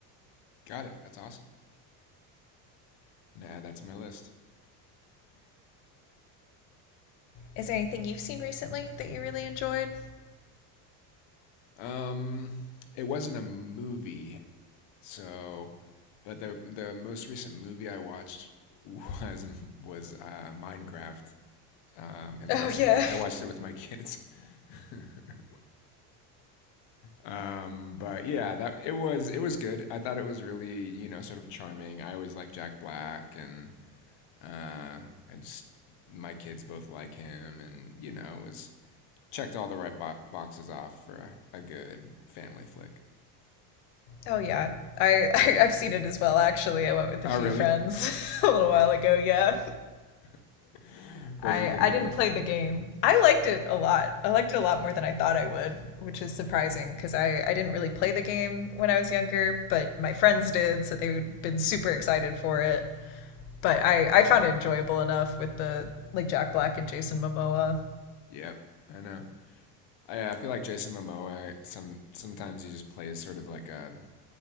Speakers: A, on the left (about 60°); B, on the left (about 75°).
A: got it. That's awesome. Nah, that's my list.
B: is there anything you've seen recently that you really enjoyed
A: Um, it wasn't a movie, so, but the the most recent movie I watched <laughs> was was uh, Minecraft um, embarrassingly.
B: Oh yeah.
A: I watched it with my kids. <laughs> um, but yeah, that it was it was good. I thought it was really you know sort of charming. I always like Jack Black, and uh, I just my kids both like him, and you know it was checked all the right bo- boxes off for a, a good family flick.
B: Oh yeah. I, I I've seen it as well actually. I went with a
A: Oh
B: few
A: really?
B: friends <laughs> a little while ago, yeah.
A: <laughs> What'd
B: I
A: you think
B: I
A: of
B: didn't
A: it?
B: play the game. I liked it a lot. I liked it a lot more than I thought I would, which is surprising because I I didn't really play the game when I was younger, but my friends did, so they've been super excited for it. But I I found it enjoyable enough with the like Jack Black and Jason Momoa.
A: Yep, I know. I, I feel like Jason Momoa. Some sometimes he just plays sort of like a